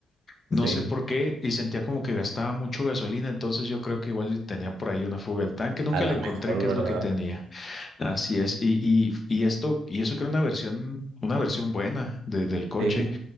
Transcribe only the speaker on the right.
sí,
a la
mejor,
¿verdad?
Sí.